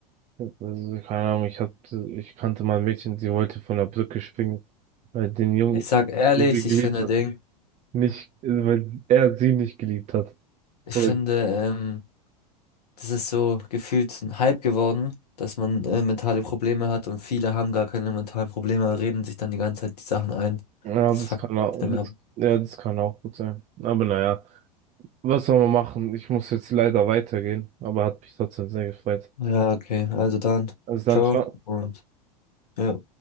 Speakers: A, on the right; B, on the left.
A: also, keine Ahnung, ich hatte, ich kannte mal ein Mädchen, sie wollte von der Brücke springen, weil den Jungen,
B: Ich sag ehrlich,
A: den sie geliebt
B: ich finde
A: hat.
B: Ding,
A: nicht, weil er sie nicht geliebt hat.
B: ich
A: Oder,
B: finde, ähm, das ist so gefühlt ein Hype geworden, dass man äh, mentale Probleme hat und viele haben gar keine mentalen Probleme, reden sich dann die ganze Zeit die Sachen ein.
A: ja,
B: Das
A: das
B: fuckt
A: kann auch,
B: dann
A: das,
B: ab.
A: ja, das kann auch gut sein. Aber naja, was soll man machen? Ich muss jetzt leider weitergehen, aber hat mich trotzdem sehr gefreut.
B: Ja, okay, also dann,
A: Also
B: ciao
A: dann, ciao.
B: und ja.